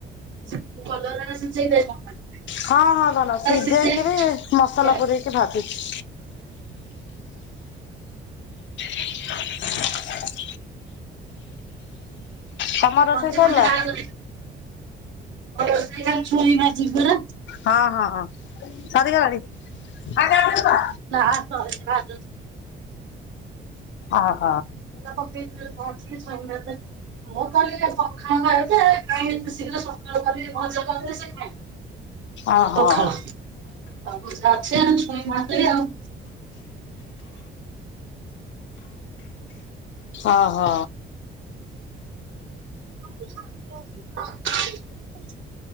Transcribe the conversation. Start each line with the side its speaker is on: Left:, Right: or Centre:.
Right: <unintelligible> କଲରା ଭିଜେଇ ଦେଇ <unintelligible>
Left: ହଁ ହଁ ଭଲ ସିଝେଇକିରି
Right: ସିଝେଇ
Left: ମସଲା ପୁରେଇକି ଭାଜୁଛି। <inaudible> ତମ ରୋଷେଇ
Right: ହଁ
Left: ସରିଲା?
Right: ରୋଷେଇ ଛୁଇଁ ଭାଜିବି ପରା।
Left: ହଁ ହଁ ହଁ ସରି ଗଲାଣି ଆଜି ଆମେ ଆଉ ଥରେ କରିଦବା?
Right: ନାହା ସହେଡିନି ଭାଯୁଚି
Left: ଅହୋ।
Right: ପାିଲିଲା ପକେଇଚି ବୋଲି କ ଛାଡି ନେବେ। ମୁଁ କହିଲି ସଖାଳୁ ଖାଇବୁ ଯେ କାଇଁ ଏତେ ଶୀଘ୍ର ସକାଳୁ କରି ଭଯା କରିଲେ ସେ ଖାଇିବେ।
Left: ଓହୋ
Right: ପଖାଳ ଭଜା ଅଛି ଗଛୁଇଁ ଭାଜିଦେବି ଆଉ।
Left: ଓ ହୋ।
Right: <unintelligible>